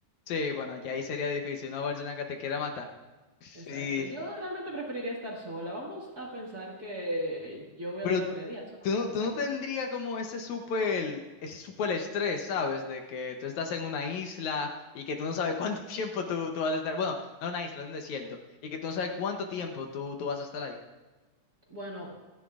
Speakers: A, on the left; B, on the right.
A: sí, bueno, ya ahí sería difícil, una persona que te quiera matar. Sí.
B: Exacto. Yo realmente preferiría estar sola. Vamos a pensar que yo voy
A: pero
B: a durar tres días solamente
A: Tú no, tú
B: en la
A: no
B: isla.
A: tendría como ese súper, ese súper estrés, ¿sabes? De que tú estás en una isla y que tú no sabes cuánto <laughs> tiempo tú, tú vas a estar. Bueno, no una isla, es un desierto. Y que tú no sabes cuánto tiempo tú, tú vas a estar ahí.
B: Bueno,